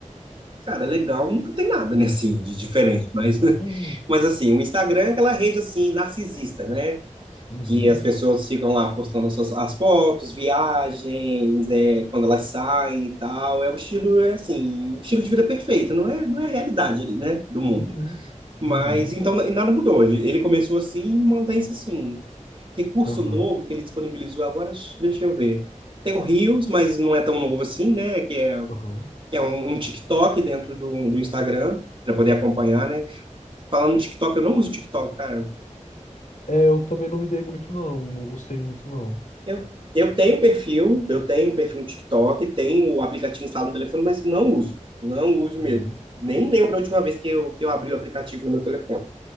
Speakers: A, on the right; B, on the left.
A: Cara, legal, nunca tem nada, né, assim, de diferente, mas, <laughs>
B: Uhum,
A: mas assim, o Instagram é aquela rede, assim, narcisista, né?
B: uhum,
A: que as pessoas ficam lá postando suas, as fotos, viagens, é, quando elas saem e tal. É um estilo, é assim, um estilo de vida perfeito, não é, não é a realidade ali, né, do mundo.
B: uhum,
A: Mas
B: uhum,
A: então e nada mudou. Ele, ele começou assim e mantém-se assim. Recurso
B: aham,
A: novo que ele disponibilizou agora, deixa eu ver. Tem o Reels, mas não é tão novo assim, né? Que é,
B: aham.
A: que é um, um TikTok dentro do, do Instagram, para poder acompanhar, né? Falando em TikTok, eu não uso TikTok, cara.
B: É, eu também não me dei muito não, não gostei muito não.
A: Eu, eu tenho perfil, eu tenho um perfil no TikTok, tenho o aplicativo instalado no telefone, mas não uso. Não uso
B: Uhum,
A: mesmo. Nem lembro a última vez que eu, que eu abri o aplicativo no meu telefone.